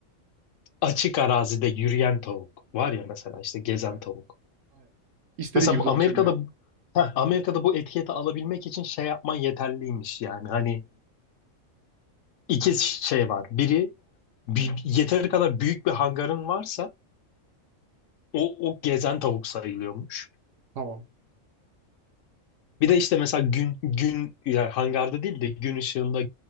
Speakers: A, on the left (about 70°); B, on the right (about 70°).
A: açık arazide yürüyen tavuk var ya mesela işte gezen
B: Aynen,
A: tavuk.
B: aynen. İstediği
A: Mesela
B: gibi
A: bu
B: dolaşabiliyor.
A: Amerika'da heh, Amerika'da bu etiketi alabilmek için şey yapman yeterliymiş yani. Hani iki şey var. Biri bir, yeteri kadar büyük bir hangarın varsa o, o gezen tavuk sayılıyormuş.
B: Tamam.
A: Bir de işte mesela gün gün yani hangarda değil de gün ışığında